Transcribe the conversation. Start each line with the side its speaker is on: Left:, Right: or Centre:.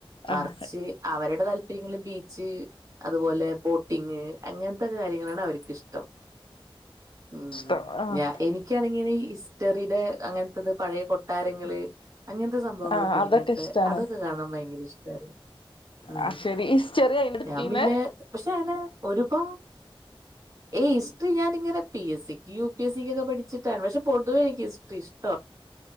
Right: മറിച്ച്
Left: ആഹ്
Right: അവരുടെ താല്പ ബീച്ച് അതുപോലെ ബോട്ടിങ് അങ്ങനത്തെ കാര്യങ്ങളാണ് അവർക്ക് ഇഷ്ടം ഉ
Left: ഇഷ്ടം ആഹ്
Right: ഞ എനിക്ക് ക്കണങ്കി ഈ ഹിസ്റ്ററിയുടെ അങ്ങനത്തത് പഴയ താരങ്ങള് അങ്ങനത്തെ സംഭവങ്ങളൊക്കെ
Left: ആഹ്
Right: ഇല്ലേ
Left: അതൊക്കെ
Right: ഇങ്ങനത്തെ
Left: ഇഷ്ടാണ്
Right: അതൊക്കെ കാണാൻ ഭയങ്കര ഇഷ്ടാണ് ഉ
Left: ആഹ് ശരി ഹിസ്റ്ററി അയിന്റെടുത്തീന്ന്
Right: ഞാൻ പിന്നെ പക്ഷെ അങ്ങനെ ഒരുപാ യ് ഹിസ്റ്ററി ഞാനങ്ങനെ പി എസ് സിക്ക് യു പി എസ് സിക്ക്ക്കെ പഠിച്ചിട്ട പക്ഷെ പൊതുവെ എനിക്ക് ഹിസ്റ്ററി ഇഷ്ട